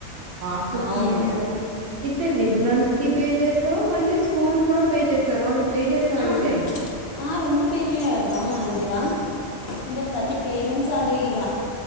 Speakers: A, on the right (about 60°); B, on the left (about 65°).
A: మార్క్స్ వచ్చినాయని
B: అవును
A: అలా చె అయితే రిజినల్స్ కి పే చేస్తవ్ మళ్ళీ స్కూల్ కి కూడా పే చేస్తవ్ రెండు పే చేస్తవ్
B: ఆ,
A: అయితే
B: ఆ రెండు పే చేయాలబ్బా మా దగ్గర ఇంక ప్రతి పేరెంట్స్ అదే ఇగా